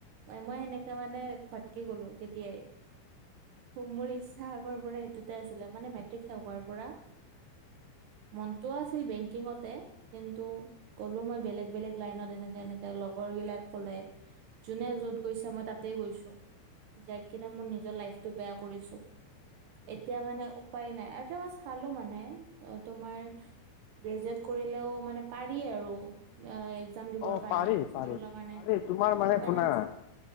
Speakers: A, on the right; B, on the left.
A: মই সেনেকে মানে ফটকি গলো তেতিয়াই। মোৰ ইচ্ছা আগৰ পৰা এইটোতে আছিলে মানে মেট্ৰিক শেষ হোৱাৰ পৰা। মনটোও আছিল বেংকিঙতে কিন্তু, কলো মই বেলেগ বেলেগ লাইনত এনেকা এনেকা লগৰ বিলাক কলে যোনে য'ত, গৈছে মই তাতে গৈছো যাই কিনে মোৰ নিজৰ লাইফতটো বেয়া কৰিছো। এতিয়া মানে উপায় নাই আৰু <unintelligible> চালো মানে তোমাৰ গ্ৰেজুৱেট কৰিলেও মানে পাৰি আৰু এক্সাম দিবৰ
B: অ
A: কাৰণে
B: পাৰি
A: চেন্ট্ৰেলৰ
B: পাৰি
A: কাৰণে
B: পাৰি
A: সেইকাৰণে,
B: তোমাৰ মানে শুনা